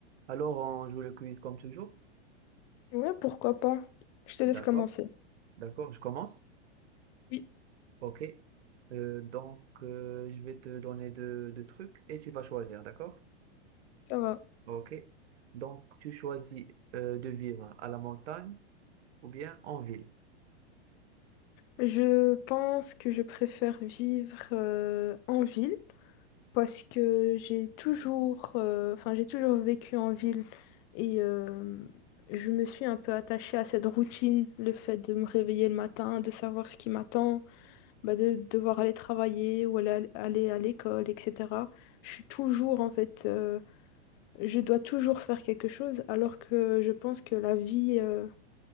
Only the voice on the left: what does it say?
Ouais, pourquoi pas. Je te
laisse commencer.
Oui.
Ça va.
Je pense que je préfère vivre euh, en ville parce que j'ai toujours, euh, enfin, j'ai toujours vécu en ville et euh, je me suis un peu attachée à cette routine, le fait de me réveiller le matin, de savoir ce qui m'attend, bah, de devoir aller travailler ou aller, aller à l'école, etc. Je suis toujours, en fait, euh, je dois toujours faire quelque chose alors que je pense que la vie... euh,